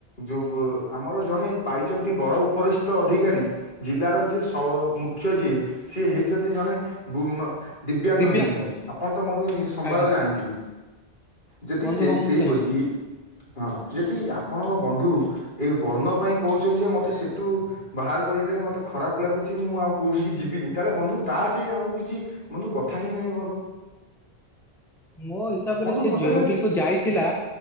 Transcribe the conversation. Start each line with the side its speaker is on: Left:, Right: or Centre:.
Left: ଯଉ ଗୋ ଆମର ଜଣେ ପାଇଛନ୍ତି ବଡ଼ ଉପରିଷ୍ଠ ଅଧିକାରୀ ଜିଲ୍ଲାର ଯିଏ ସ ମୁଖ୍ୟ ଯିଏ ସିଏ ହେଇଛନ୍ତି ଜଣେ ବୁମ ଦିବ୍ୟାଙ୍ଗ
Centre: ଦିବ୍ୟାଙ୍କ
Left: ହୋଇଇଛନ୍ତି ଆପଣ ତମ ସମ୍ବାଦ
Centre: ଆଜ୍ଞା
Left: ଜାଣିଥିବେ। ଯଦି
Centre: ବନ୍ଧୁ
Left: ସେ
Centre: ହଁ ମୁଁ
Left: ସେଇପରି
Centre: ଜାଣିଛି
Left: ଇ ହଁ ଯଦି ଆପଣଙ୍କ ବନ୍ଧୁ ଏଇ ବର୍ଣ୍ଣ ପାଇଁ କହୁଛନ୍ତି ଯେ ମତେ ସେଠୁ ବାହାର କରିଦଦେଲେ ମତେ ଖରାପ୍ ଲାଗୁଛି ମୁଁ ଆଉ କୋଉଠିକି ଯିବିନି ତାହେଲେ ବନ୍ଧୁ ତା ଚାହିଁ ଆଉ କିଛି ବନ୍ଧୁ କଥା ହିଁ ନାହିଁ ବନ୍ଧୁ।
Centre: ମୋ ହିସାବରେ
Left: ବନ୍ଧୁ
Centre: ସେ
Left: ମତେ
Centre: ଯଉଁଠିକୁ
Left: ଖାଲି
Centre: ଯାଇଥିଲା